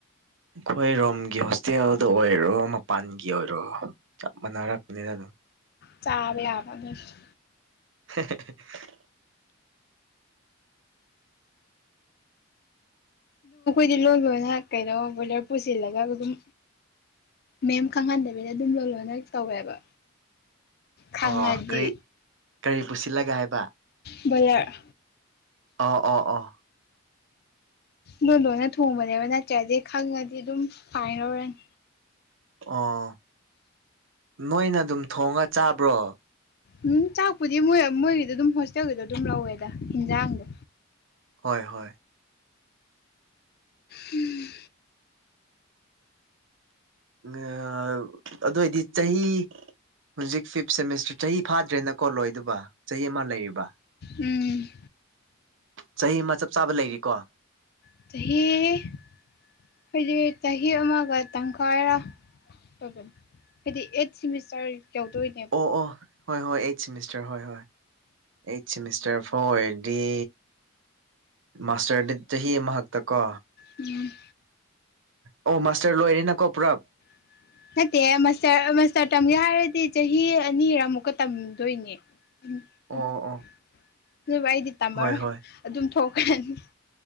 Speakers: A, on the right; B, on the left.
A: ꯑꯈꯣꯏ ꯔꯣꯝꯒꯤ ꯍꯣꯁꯇꯦꯜꯗ ꯑꯣꯏꯔꯣ ꯃꯄꯥꯟꯒꯤ ꯑꯣꯏꯔꯣ ꯆꯞ ꯃꯥꯟꯅꯔꯛꯄꯅꯤꯅ ꯑꯗꯨꯝ
B: ꯆꯥꯕ ꯌꯥꯕꯔ ꯅꯣꯢꯁꯤ
A: <unintelligible>
B: ꯗꯤ ꯂꯣꯏ ꯂꯣꯢꯅ ꯀꯩꯅꯣ ꯕꯣꯏꯂꯔ ꯄꯨꯁꯤꯜꯂꯒ ꯑꯗꯨꯝ ꯃꯦꯝ ꯈꯪꯍꯟꯗꯕꯤꯗ ꯑꯗꯨꯝ ꯂꯣꯟ ꯂꯣꯟꯅ ꯇꯧꯋꯦꯕ ꯈꯪꯉꯗꯤ
A: ꯑꯣ ꯀ꯭ꯔꯤ ꯀꯔꯤ ꯄꯨꯁꯤꯜꯂꯒꯦ ꯍꯥꯏꯕ
B: ꯕꯣꯢꯂꯔ
A: ꯑꯣ ꯑꯣ ꯑꯣ
B: ꯂꯣꯟ ꯂꯣꯟꯅ ꯊꯣꯡꯕꯅꯦꯕ ꯅꯠꯇ꯭ꯔꯗꯤ ꯈꯪꯉꯗꯤ ꯑꯗꯨꯝ ꯐꯥꯏꯟ ꯂꯧꯔꯅꯤ
A: ꯑꯣ ꯅꯣꯏꯅ ꯑꯗꯨꯝ ꯊꯣꯡꯉ ꯆꯥꯕ꯭ꯔꯣ
B: ꯎꯝ ꯆꯥꯛꯄꯨꯗꯤ ꯃꯣꯏ ꯃꯣꯏꯒꯤꯗ ꯑꯗꯨꯝ ꯍꯣꯁꯇꯦꯜꯒꯤꯗꯣ ꯑꯗꯨꯝ ꯂꯧꯋꯦꯗ ꯍꯦꯟꯖꯥꯡꯗꯣ
A: ꯍꯣꯏ ꯍꯣꯏ
B: ꯍꯨꯝ
A: ꯉꯥ ꯑꯗꯣꯏꯗꯤ ꯆꯍꯤ ꯍꯧꯖꯤꯛ ꯐꯤꯐ ꯁꯦꯃꯤꯁꯇꯔ ꯆꯍꯤ ꯐꯥꯗ꯭ꯔꯦꯅꯀꯣ ꯂꯣꯏꯗꯨꯕ ꯆꯍꯤ ꯑꯃ ꯂꯩꯔꯤꯕ
B: ꯎꯝ
A: ꯆꯍꯤ ꯑꯃ ꯆꯞ ꯆꯥꯕ ꯂꯩꯔꯤꯀꯣ
B: ꯆꯍꯤ ꯍꯥꯏꯗꯤ ꯆꯍꯤ ꯑꯃꯒ ꯇꯪꯈꯥꯏꯔ ꯑꯣꯏꯕ ꯍꯥꯏꯗꯤ ꯑꯩꯠ ꯁꯦꯃꯤꯁꯇꯔ ꯌꯧꯗꯣꯏꯅꯦ
A: ꯑꯣ ꯑꯣ ꯍꯣꯏ ꯍꯣꯏ ꯑꯩꯠ ꯁꯤꯃꯤꯁꯇꯔ ꯍꯣꯏ ꯍꯣꯏ ꯑꯩꯠ ꯁꯦꯃꯤꯁꯇꯔ ꯐꯥꯎ ꯑꯣꯏꯔꯗꯤ ꯃꯥꯁꯇꯔꯗꯤ ꯆꯍꯤ ꯑꯃꯈꯛꯇ ꯀꯣ
B: ꯎꯝ
A: ꯑꯣ ꯃꯥꯥꯁꯇꯔ ꯂꯣꯏꯔꯦ ꯅ ꯀꯣ ꯄꯨꯔ
B: <inaudible> ꯅꯠꯇꯦ ꯃꯥꯁꯇꯔ ꯃꯥꯁꯇꯔ ꯇꯝꯒꯦ ꯍꯥꯏꯔꯗꯤ ꯆꯍꯤ ꯑꯅꯤꯔꯃꯨꯛꯀ ꯇꯝꯗꯣꯏꯅꯦ
A: ꯑꯣ
B: ꯎ ꯑꯗꯨꯕꯨ
A: ꯑꯣ
B: ꯑꯩꯗꯤ ꯇꯝꯃꯔꯣꯏ
A: ꯍꯣꯏ ꯍꯣꯏ
B: ꯑꯗꯨꯝ ꯊꯣꯛꯈ꯭ꯔꯅꯤ